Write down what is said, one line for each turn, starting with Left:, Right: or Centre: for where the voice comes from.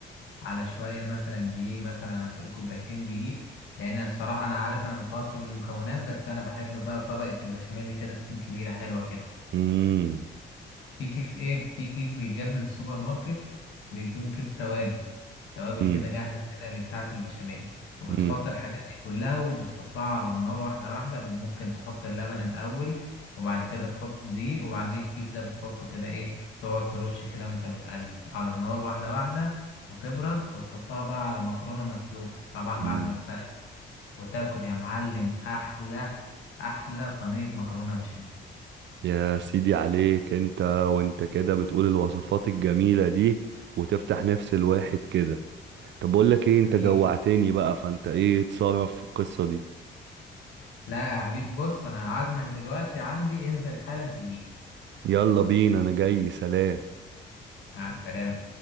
Left: على شوية مثلا دقيق مثلا هتقول كوبايتين دقيق لأن الصراحة أنا عارف أنا متوسط بالمكونات بس أنا بحب بقى طبقة البشاميل كده تكون كبيرة حلوة كده
Right: مم.
Left: في كيس ايه في كيس بيتجاب من السوبر ماركت بيكون كيس توابل توابل
Right: مم.
Left: كده جاهزة كده اللي بتاعة البشاميل وبتحط
Right: مم.
Left: الحاجات دي كلها وبتحطها على النار واحدة واحدة بت- ممكن تحط اللبن الأول وبعد كده تحط الدقيق وبعدين الكيس ده بتحطه كده ايه تقعد ترش كده وانت بتقلب على النار واحدة واحدة وتبرد وتحطها بقى على مكرونة مسلوقة طبعا
Right: مم.
Left: بعد ما تسلقت وتاكل يا معلم أحلى أحلى صينية مكرونة بشاميل
Right: يا سيدي عليك انت وانت كده بتقول الوصفات الجميلة دي وتفتح نفس الواحد كده طب بقول لك ايه انت
Left: حبيبي
Right: جوعتني بقى فانت ايه اتصرف في القصة دي
Left: لا يا حبيب بص انا عازمك دلوقتي عندي انزل حالا تجيلي
Right: يلا بينا انا جاي سلام
Left: مع السلامة